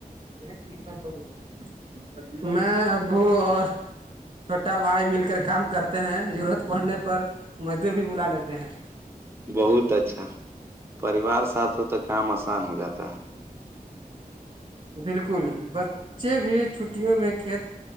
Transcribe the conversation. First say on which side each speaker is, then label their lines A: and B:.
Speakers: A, on the right; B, on the right.
A: س میں ابو اور چھوٹا بھائی مل کر کام کرتے ہیں ضرورت پڑنے پر مزدور بھی بلا لیتے ہیں
B: بہت اچھا پریوار ساتھ ہو تو کام آسان ہو جاتا ہے
A: بالکل بچے بھی چھٹیوں میں کھیت